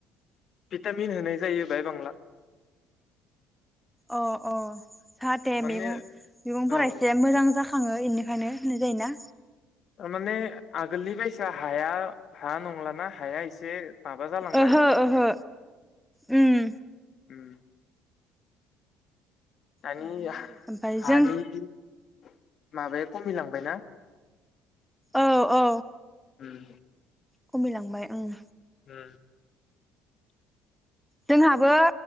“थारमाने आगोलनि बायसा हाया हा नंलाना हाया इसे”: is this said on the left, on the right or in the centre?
Left